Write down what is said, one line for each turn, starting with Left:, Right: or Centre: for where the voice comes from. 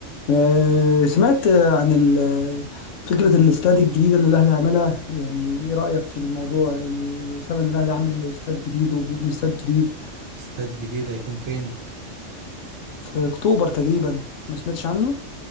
Left: آه، سمعت آه، عن ال- فكرة الاستاد الجديدة اللي الأهلي عملها يعني إيه رأيك في الموضوع يعني سامع إن الأهلي عامل استاد جديد وبيبني استاد جديد
Right: استاد جديد هيكون فين
Left: في أكتوبر تقريبا ما سمعتش عنه؟